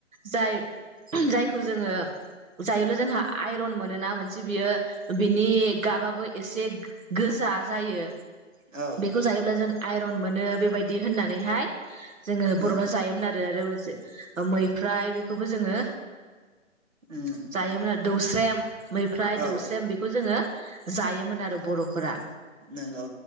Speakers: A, on the right (about 85°); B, on the right (about 70°).
A: जाय जाय खौ जोङो जायोब्ला जोंहा आइरन मोन नोना मोन से बियो बिनि गाबाबो एसे गोजा जायो।
B: औ
A: बेखौ जायोब्ला जों आइरन मोनो बेबायदि होननानैहाय जोङो बर'फ्रा
B: औ
A: जायोमोन आरो आरो मोनसे ओ मैफ्राय बेखौबो जोङो
B: उम।
A: जायोमोन आरो दौस्रेम मैफ्राय
B: औ
A: दौस्रेम बेखौ जोङो जायोमोन आरो बर' फोरा।
B: नोंगौ